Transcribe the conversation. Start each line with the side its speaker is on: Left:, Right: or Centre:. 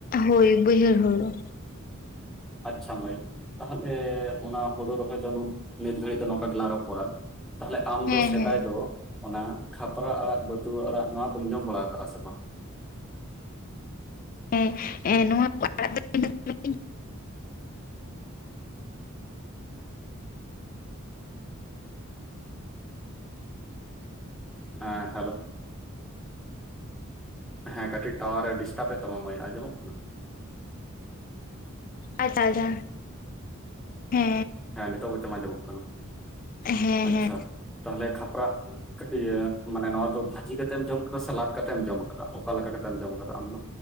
Left: ᱦᱳᱭ ᱵᱟᱭᱦᱟᱹᱲ ᱦᱳᱲᱳ
Centre: ᱟᱪᱪᱷᱟ ᱢᱟᱹᱭ ᱛᱟᱦᱚᱞᱮ ᱚᱱᱟ ᱦᱳᱲᱳ ᱨᱚᱦᱚᱭ <inaudible> ᱱᱤᱛ ᱜᱷᱟᱹᱲᱤᱡ ᱫᱚ ᱱᱚᱝᱠᱟ ᱜᱮᱞᱟᱝ ᱨᱚᱯᱚᱲᱼᱟ ᱛᱟᱦᱚᱞᱮ ᱟᱢ
Left: ᱦᱮᱸ
Centre: ᱫᱚ ᱥᱮᱫᱟᱭ
Left: ᱦᱮᱸ
Centre: ᱫᱚ ᱚᱱᱟ ᱠᱷᱟᱛᱨᱟ ᱟᱲᱟᱜ ᱵᱟᱹᱛᱩᱣᱟᱹ ᱟᱲᱟᱜ ᱱᱚᱣᱟ ᱠᱚᱢ ᱡᱚᱢ ᱵᱟᱲᱟ ᱠᱟᱜ-ᱟ ᱥᱮ ᱵᱟᱝ
Left: ᱦᱮ ᱮ ᱱᱚᱣᱟ ᱟᱲᱟᱜ ᱫᱚ ᱤᱧ ᱫᱚ ᱫᱚᱢᱮᱧ
Centre: ᱮ ᱦᱮᱞᱳ ᱦᱮ ᱠᱟᱹᱴᱤᱡ ᱴᱟᱣᱟᱨ ᱮ ᱰᱤᱥᱴᱟᱵ ᱮ ᱛᱟᱢᱟ ᱢᱟᱹᱭ ᱟᱡᱚᱢᱚᱜ ᱠᱟᱱᱟ
Left: ᱟᱡᱷᱟ ᱡᱷᱟ ᱦᱮ
Centre: ᱦᱮ ᱱᱤᱛᱚᱜ ᱵᱚᱪᱚᱢ ᱟᱡᱚᱢᱚᱜ ᱠᱟᱱᱟ
Left: ᱦᱮᱸ
Centre: ᱟᱪᱪᱷᱟ
Left: ᱦᱮᱸ
Centre: ᱛᱟᱦᱚᱞᱮ ᱠᱷᱟᱛᱨᱟᱜ ᱠᱟᱹᱴᱤᱭᱟᱹ ᱢᱟᱱᱮ ᱱᱚᱣᱟ ᱫᱚ ᱵᱷᱟᱹᱡᱤ ᱠᱟᱛᱮᱢ ᱡᱚᱢ ᱠᱟᱫᱟ ᱥᱮ ᱞᱟᱫᱽ ᱠᱟᱛᱮᱢ ᱡᱚᱢ ᱠᱟᱫ ᱚᱠᱟᱞᱠᱟ ᱠᱟᱛᱮᱞ ᱡᱚᱢ ᱠᱟᱫᱟ ᱟᱢᱫᱚ